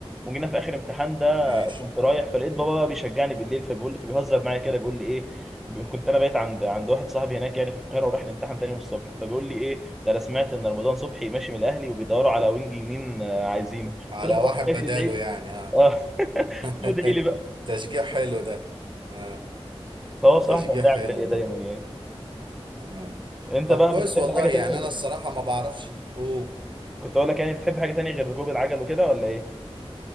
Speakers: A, in the centre; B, on the right.
A: وجينا في اخر امتحان ده
B: ماشي
A: كنت رايح فلقيت بابا بقى بيشجعني بالليل فبيقول لي فبيهزر معايا كده بيقول لي ايه بي- كنت انا بقيت عند عند واحد صاحبي هناك يعني في القاهره ورايح الامتحان تاني يوم الصبح فبيقول لي ايه ده انا سمعت ان رمضان صبحي ماشي من الاهلي وبيدوروا على وينج يمين آه، عايزينه
B: على
A: قلت له
B: واحد
A: خلاص ماشي
B: بداله
A: ادعي لي
B: يعني اه
A: اه <laughs>
B: <laughs>
A: ادعي لي بقى
B: تشجيع حلو ده اه
A: فهو صراحه
B: تشجيع
A: كان داعم
B: حلو
A: ليا دايما
B: ده
A: يعني
B: اه
A: انت
B: طب
A: بقى
B: كويس
A: بتحب
B: والله
A: حاجه تانيه
B: يعني انا الصراحه ما بعرفش اوه
A: كنت اقول لك يعني بتحب حاجه تانيه غير ركوب العجل وكده ولا ايه